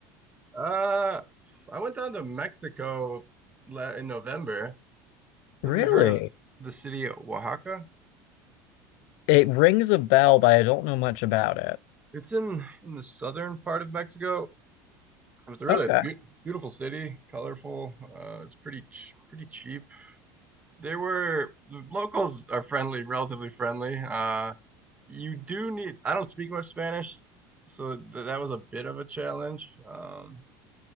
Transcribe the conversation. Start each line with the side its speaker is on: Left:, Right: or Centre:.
Right: Uh, I went down to Mexico la- in November.
Left: Really?
Right: If you've heard of the city of Oaxaca,
Left: It rings a bell, but I don't know much about it.
Right: it's in in the southern part of Mexico. It's a really
Left: Okay.
Right: it's a beau beautiful city, colorful. Uh, it's pretty ch pretty cheap. There were the locals are friendly, relatively friendly. Uh, you do need I don't speak much Spanish, so th that was a bit of a challenge. Um,